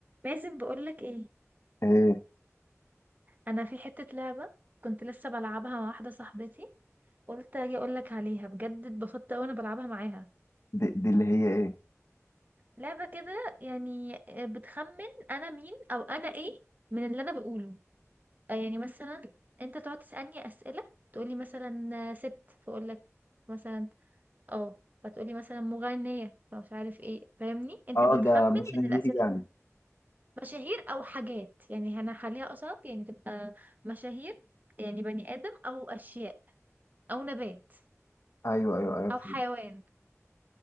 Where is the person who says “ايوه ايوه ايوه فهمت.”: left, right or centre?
Left